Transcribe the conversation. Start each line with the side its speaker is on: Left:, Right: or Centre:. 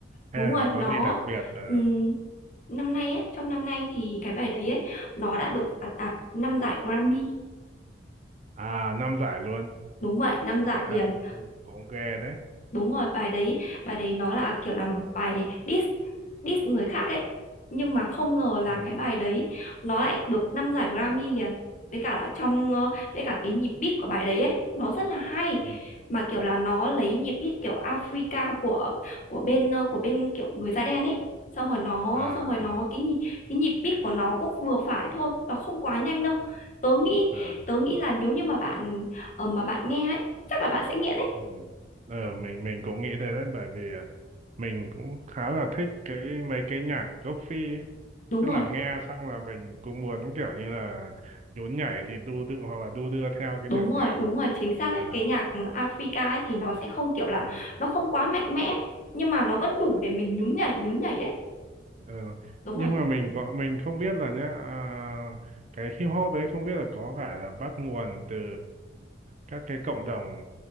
Right: hay
Left: đúng
Right: là
Left: rồi,
Right: nó có
Left: nó
Right: gì đặc biệt ờ,
Left: ừm, năm nay ấy, trong năm nay thì cái bài đấy ấy nó đã được đạt đạt 5 giải Grammy.
Right: à năm giải luôn
Left: Đúng vậy, 5 giải
Right: thế
Left: liền.
Right: là cũng cũng ghê đấy
Left: đúng rồi bài đấy bài đấy nó là kiểu là một bài diss diss người khác ấy nhưng mà không ngờ là
Right: ừ
Left: cái bài đấy nó lại được năm giải Grammy liền với cả là trong ờ, với cả cái nhịp beat của bài đấy ấy nó rất là hay
Right: ừ
Left: mà kiểu là nó lấy nhịp beat kiểu Africa của của bên ờ, của bên kiểu người da đen ấy xong rồi nó
Right: à
Left: xong rồi nó cái nhịp, cái nhịp beat của nó cũng vừa phải thôi nó không quá nhanh đâu tớ nghĩ
Right: ờ
Left: tớ nghĩ là nếu như mà bạn ờ, mà bạn nghe ấy chắc là bạn sẽ nghiện ấy
Right: ừ. ờ mình mình cũng nghĩ thế đấy bởi vì à, mình cũng khá là thích cái mấy cái nhạc gốc Phi ấy.
Left: đúng
Right: tức
Left: rồi
Right: là nghe xong là mình cũng muốn kiểu như là nhún nhảy thì đu đưa hoặc là đu đưa theo cái
Left: Đúng
Right: điệu nhạc
Left: rồi, đúng rồi, chính xác ấy.
Right: à,
Left: Cái nhạc Africa ấy thì nó sẽ không kiểu là
Right: à.
Left: nó không quá mạnh mẽ nhưng mà nó vẫn đủ để mình nhún nhảy nhún nhảy ấy.
Right: Ờ,
Left: Đúng
Right: nhưng
Left: rồi.
Right: mà mình có mình không biết là nhá à, cái hip hop đấy không biết là có phải là bắt nguồn từ các cái cộng đồng